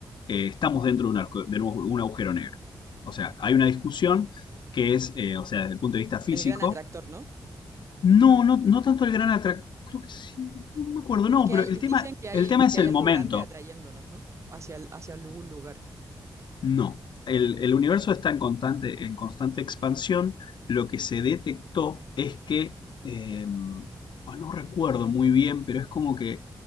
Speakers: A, on the left (about 70°); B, on the right (about 35°).
A: eh, estamos dentro de un, arco- de un agujero negro. O sea, hay una discusión que es, eh, o sea, desde el punto de vista físico,
B: El gran atractor, ¿no?
A: No, no, no tanto el gran atractivo. Creo que sí, no me acuerdo. No,
B: Es que
A: pero
B: hay,
A: el tema,
B: dicen que hay,
A: el tema es
B: que
A: el
B: hay algo
A: momento.
B: grande atrayéndonos, ¿no? Hacia, el- hacia algún lugar.
A: No, el, el universo está en constante, en constante expansión. Lo que se detectó es que, eh, oh, no recuerdo muy bien, pero es como que